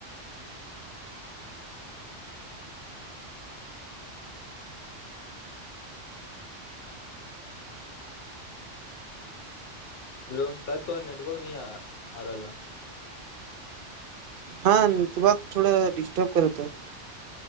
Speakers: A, on the left; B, on the right.
A: हेलो शायद तोहर नेटवर्क न आ रहल
B: हँ तऽ बग थोड़ डिस्टर्ब करतै